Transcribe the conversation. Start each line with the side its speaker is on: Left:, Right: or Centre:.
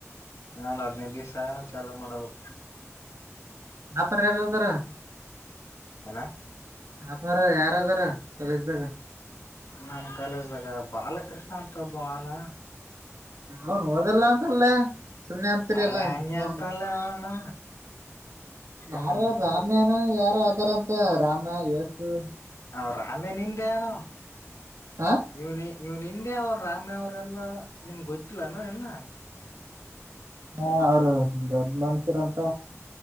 Left: ಇನ್ನೊಂದು ಹದ್ನೈದು ದಿವ್ಸ ಆನ ಚಾಲೂ ಮಾಡ್ಬೇಕ್
Right: ಟಾಪರ್ ಯಾರದರ
Left: ಎನ
Right: ಟಾಪರ್ಯಾರದಾರ ಕಾಲೇಜ್ ದಗ
Left: ನಮ ಕಾಲೇಜಾಗ ಬಾಲಕೃಷ್ಣ ಅಂತ ಒಬ್ಬವಾನ
Right: ಅವನ್ ಓದಲ್ಲ ಅಂತ ಅಲ್ಲ ಸುಮ್ಮ್ನೆ ಅತೀರಿ
Left: ಆ
Right: ಎಲ್ಲ
Left: ಹಂಗೆ
Right: ಅವನು
Left: ಅಂತಲ್ಲ ಅವನು
Right: ಯಾರ
Left: ಹ್ಮ
Right: ರಾಮೇನ ಯಾರ ಅದಾರಂತ ರಾಮ ಯಸು
Left: ಅವ ರಾಮೇ ನಿಂದೇನದ
Right: ಹ
Left: ಇವನ್ ಇವ್ನ್ ಹಿಂದೆ ಅವ್ರ ರಾಮೇ ಅವರೆಲ್ಲಾ ನಿಮ್ ಗೊತ್ತಿಲ್ಲಾನ ಇನ್ನ
Right: ಅವರು ದೊಡ್ಡ ಮನುಷ್ಯರಂತ